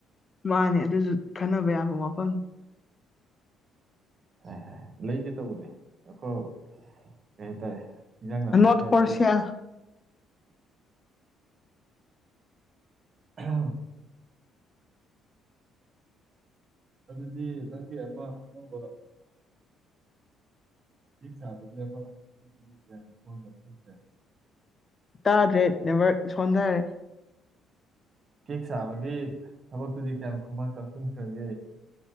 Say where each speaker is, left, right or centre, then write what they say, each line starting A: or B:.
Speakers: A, on the left (about 25°); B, on the right (about 35°).
A: ꯃꯥꯅꯦ ꯑꯗꯨꯁꯨ ꯈꯟꯅꯕ ꯌꯥꯕ ꯋꯥꯐꯝꯅꯤ
B: ꯍꯥꯏ ꯍꯥꯏ ꯂꯩꯒꯦ ꯇꯧꯕꯅꯦ ꯑꯩꯈꯣꯏ ꯀꯩ ꯍꯥꯏꯇꯥꯔꯦ ꯏꯟꯖꯥꯡ ꯅꯥꯄꯤ
A: ꯅꯣ <inaudible> ꯔꯠ
B: ꯈꯔ
A: ꯄꯔꯁꯤꯌꯥ
B: ꯇꯦꯛ ꯑ <inaudible> ꯑꯗꯨꯗꯤ ꯅꯪꯒꯤ ꯑꯃ ꯑꯅꯧꯕ ꯆꯦꯛ ꯆꯥꯕ ꯌꯥꯕ ꯍꯧꯕꯛꯇꯨꯗꯤ ꯀꯌꯥ ꯈꯣꯡ ꯈꯣꯡꯈ꯭ꯔꯦ <inaudible>
A: ꯇꯥꯗ꯭ꯔꯦ ꯅꯦꯠꯋꯥꯛ ꯁꯣꯟꯊꯔꯦ
B: ꯀꯦꯛ ꯁꯥꯕꯒꯤ ꯊꯕꯛꯇꯨꯗꯤ ꯀꯌꯥꯝ ꯈꯨꯃꯥꯡ ꯆꯥꯎꯁꯤꯟꯈ꯭ꯔꯒꯦ